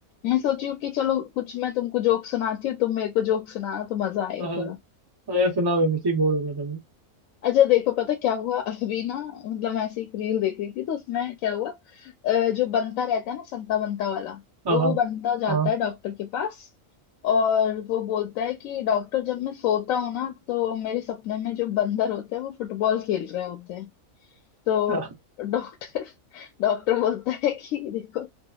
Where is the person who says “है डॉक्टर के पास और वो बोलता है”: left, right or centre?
Left